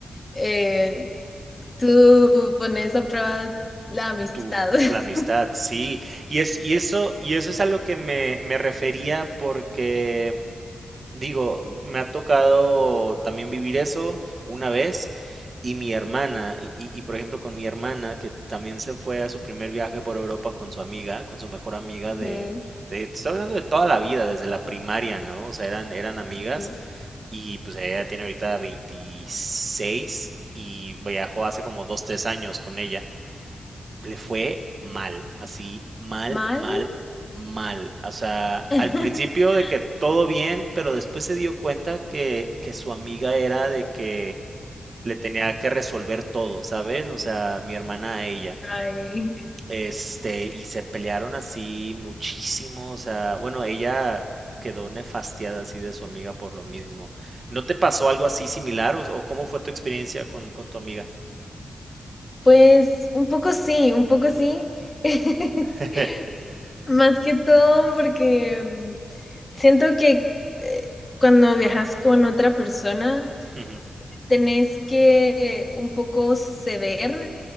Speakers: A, on the left (about 25°); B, on the right (about 50°).
A: eh, Tú pones a prueba la amistad.
B: Tu,
A: <laughs>
B: la amistad, sí. Y es, y eso, y eso es a lo que me, me refería porque Digo, me ha tocado también vivir eso una vez y mi hermana, y, y- y, por ejemplo con mi hermana que también se fue a su primer viaje por Europa con su amiga, con su mejor amiga
A: Ujú,
B: de, de, te estoy hablando de toda la vida, desde la primaria, ¿no? O sea, eran, eran amigas
A: ujú.
B: y pues ella tiene ahorita 26 y viajó hace como 2 3 años con ella le fue mal, así, mal,
A: ¿Mal?
B: mal, mal. O sea,
A: <laughs>
B: al principio de que todo bien, pero después se dio cuenta que, que su amiga era de que le tenía que resolver todo, ¿sabes? O sea, mi hermana a ella.
A: Ay,
B: Este, y se pelearon así muchísimo, o sea, bueno, ella quedó nefastiada así de su amiga por lo mismo. ¿No te pasó algo así similar o, o cómo fue tu experiencia con, con tu amiga?
A: pues un poco sí, un poco sí. <laughs>
B: <laughs>
A: Más que todo porque mm, siento que eh, cuando viajas con otra persona,
B: Ujú,
A: tenés que eh, un poco ceder